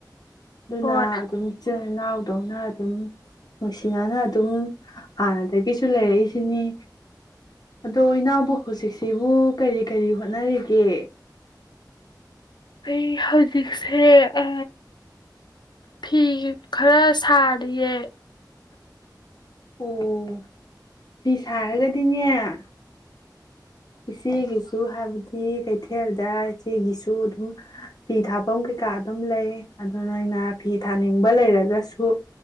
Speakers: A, on the left; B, on the left.
A: ꯑꯗꯨꯅ
B: ꯍꯣꯏ
A: ꯑꯗꯨꯝ ꯏꯆꯤꯜ ꯏꯅꯥꯎ ꯇꯧꯅ ꯑꯗꯨꯝ ꯅꯨꯡꯁꯤꯅꯅ ꯑꯗꯨꯝ ꯍꯥꯟꯅꯗꯒꯤꯁꯨ ꯂꯩꯔꯛꯏꯁꯤꯅꯤ ꯑꯗꯣ ꯏꯅꯥꯎꯕꯨ ꯍꯧꯖꯤꯛꯁꯤꯕꯨ ꯀꯔꯤ ꯀꯔꯤ ꯍꯣꯠꯅꯔꯤꯒꯦ
B: ꯑꯩ ꯍꯧꯖꯤꯛꯁꯦ ꯑ ꯐꯤ ꯈꯔ ꯁꯥꯔꯤꯌꯦ
A: ꯑꯣ ꯐꯤ ꯁꯥꯔꯒꯗꯤꯅꯦ ꯑ ꯏꯆꯦꯒꯤꯁꯨ ꯍꯥꯏꯕꯗꯤ ꯀꯩꯊꯦꯜꯗ ꯏꯆꯦꯒꯤꯁꯨ ꯑꯗꯨꯝ ꯐꯤ ꯊꯥꯐꯝ ꯀꯩꯀꯥ ꯑꯗꯨꯝ ꯂꯩ ꯑꯗꯣ ꯅꯣꯏꯅ ꯐꯤ ꯊꯥꯅꯤꯡꯕ ꯂꯩꯔꯒꯁꯨ